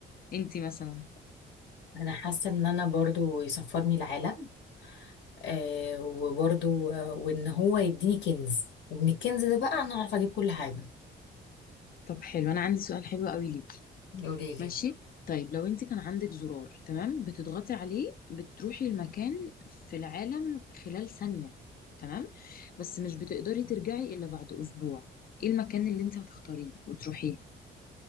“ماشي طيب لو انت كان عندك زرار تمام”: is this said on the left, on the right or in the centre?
Left